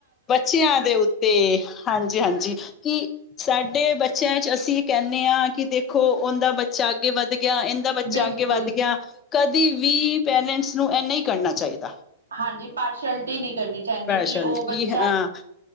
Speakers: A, on the left (about 25°); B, on the right (about 80°).
A: ਬੱਚਿਆਂ ਦੇ ਉੱਤੇ, ਹਾਂਜੀ- ਹਾਂਜੀ। ਕਿ ਸਾਡੇ ਬੱਚਿਆਂ ਚ' ਅਸੀਂ ਕਹਿੰਦੇ ਹਾਂ ਕਿ ਦੇਖੋ, ਉਹਦਾ ਬੱਚਾ ਅੱਗੇ ਵੱਧ ਗਿਆ, ਇਹਦਾ ਬੱਚਾ
B: ਬਿਲਕੁਲ
A: ਅੱਗੇ ਵੱਧ ਗਿਆ। ਕਦੇ ਵੀ ਪੇਰੈਂਟਸ ਨੂੰ ਇਹ ਨਹੀਂ ਕਰਨਾ ਚਾਹੀਦਾ।
B: ਹਾਂਜੀ, ਪਾਰਸ਼ਲਟੀ ਨਹੀਂ ਕਰਨੀ ਚਾਹੀਦੀ
A: ਪੈਸ਼ਨ
B: ਕਿ ਉਹ ਬੱਚ
A: ਵੀ ਹਾਂ।